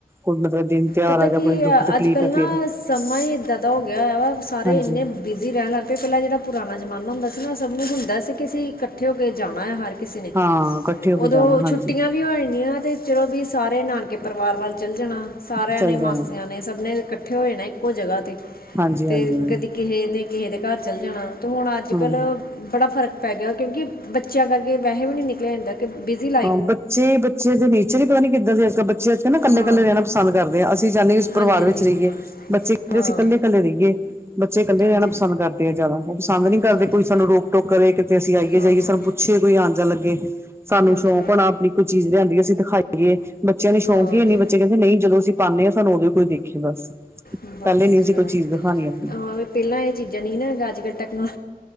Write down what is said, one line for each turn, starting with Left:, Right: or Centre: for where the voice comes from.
Right: ਮਤਲਬ ਦਿਨ ਤਿਉਹਾਰ
Left: ਪਤਾ
Right: ਆ
Left: ਕੀ
Right: ਜਾਂ ਕੋਈ ਦੁੱਖ ਤਕਲੀਫ਼
Left: ਅੱਜ ਕੱਲ੍ਹ
Right: ਹੈ
Left: ਨਾ
Right: ਫੇਰ
Left: ਸਮੇ ਬਦਲ ਗਿਆ ਐ। ਸਾਰੇ
Right: ਹਾਂਜੀ
Left: ਇੰਨੇ ਬਿਜ਼ੀ ਰਹਿਣ ਲੱਗ ਪਏ। ਪਹਿਲਾਂ ਜਿਹੜਾ ਪੁਰਾਣਾ ਜ਼ਮਾਨਾ ਹੁੰਦਾ ਸੀ ਨਾ ਸਭ ਨੂੰ ਹੁੰਦਾ ਸੀ, ਕਿ ਅਸੀਂ ਇਕੱਠੇ ਹੋ ਕੇ ਜਾਣਾ ਆ ਹਰ ਕਿਸੇ ਨੇ,
Right: ਹਾਂ ਇਕੱਠੇ ਹੋ
Left: ਉਦੋਂ
Right: ਕੇ ਜਾਣਾ ਹਾਂਜੀ
Left: ਛੁੱਟੀਆਂ ਵੀ ਹੋਦੀਆਂ ਤੇ ਚਲੋ ਵੀ ਸਾਰੇ ਨਾਨਕੇ ਪਰਿਵਾਰ ਵੱਲ ਚੱਲ ਜਾਣਾ। ਸਾਰਿਆਂ
Right: ਚੱਲ
Left: ਨੇ ਮਾਸੀਆਂ
Right: ਜਾਣਾ
Left: ਨੇ ਸਭ ਨੇ ਇਕਠ ਇਕੱਠੇ ਹੋਏ ਨੇ ਇੱਕੋ ਜਗ੍ਹਾ ਤੇ
Right: ਹਾਂਜੀ
Left: ਤੇ
Right: ਹਾਂਜੀ
Left: ਕਦੀ ਕਿਸੇ ਨੇ ਕਿਸੇ ਦੇ ਘਰ ਚੱਲ ਜਾਣਾ। ਤੇ ਹੁਣ ਅੱਜ
Right: ਹਾਂ
Left: -ਕੱਲ ਬੜਾ ਫ਼ਰਕ ਪੈ ਗਿਆ। ਕਿਉਂਕਿ ਬੱਚਿਆਂ ਕਰਕੇ ਵੈਸੇ ਵੀ ਨਹੀਂ ਨਿਕਲਿਆ ਜਾਦਾ। ਤੇ ਬਿਜੀਲ
Right: ਹਾਂ ਬੱਚੇ, ਬੱਚੇ ਦੇ ਨੀਚਰ ਨੀ ਪਤਾ ਨੀ ਕਿੱਦਾਂ ਦੀ। ਅੱਜ ਕੱਲ ਬੱਚੇ ਅੱਜ ਕ ਨਾ ਕੱਲੇ-ਕੱਲੇ
Left: ਹਾਂ
Right: ਰਹਿਣਾ ਪਸੰਦ ਕਰਦੇ ਹਾਂ, ਅਸੀਂ ਚਾਹੁੰਦੇ ਉਸ
Left: ਹਾਂਜੀ
Right: ਪਰਿਵਾਰ
Left: ਹਾਂਜੀ
Right: ਵਿੱਚ ਰਹੀਏ। ਬੱਚੇ ਕਹਿੰਦੇ
Left: ਹਾਂ
Right: ਅਸੀਂ ਇਕੱਲੇ, ਇਕੱਲੇ ਰਹੀਏ। ਬੱਚੇ ਇਕੱਲੇ
Left: ਹਾਂਜੀ
Right: ਰਹਿਣਾ ਪਸੰਦ ਕਰਦੇ ਆ ਜ਼ਿਆਦਾ। ਉਹ ਪਸੰਦ ਨਹੀਂ
Left: ਹਾਂ
Right: ਕਰਦੇ,
Left: ਹਾਂ
Right: ਕੋਈ ਸਾਨੂੰ ਰੋਕ-ਟੋਕ ਕਰੇ, ਕਿਤੇ ਅਸੀਂ ਆਈਏ-ਜਾਈਏ
Left: ਹਾਂ
Right: ਸਾਨੂੰ ਪੂ ਪਿੱਛੇ ਕੋਈ ਆਨ-ਜਾਣ ਲੱਗੇ, ਸਾਨੂੰ
Left: ਹਾਂਜੀ
Right: ਸ਼ੌਕ ਹੋਣਾ ਆਪਣੀ ਕੋਈ ਚੀਜ਼ ਲਿਆਂਦੀ ਅਸੀਂ ਦਿਖਾਈਏ। ਬੱਚਿਆਂ ਨੂੰ ਸ਼ੌਂਕ
Left: ਹਾਂ
Right: ਹੀ ਹੈ ਨੀ। ਬੱਚੇ ਕਹਿੰਦੇ ਨਹੀਂ, ਜਦੋਂ ਅਸੀਂ ਪਾਉਨੇ ਆਂ, ਸਾਨੂੰ ਉਦੋਂ ਕੋਈ ਦੇਖੇ ਬਸ।
Left: ਬਸ
Right: ਪਹਿਲੇ ਨੀ
Left: ਜੀ
Right: ਅਸੀਂ
Left: ਬਸ
Right: ਕੋਈ ਚੀਜ਼ ਦਿਖਾਉਣੀ ਆਪਣੀ।
Left: ਹਾਂ ਪਹਿਲਾਂ ਇਹ ਚੀਜ਼ਾਂ ਨਹੀਂ ਨਾ। ਅੱਜ ਕੱਲ ਟੈਕਨੋ <inaudible>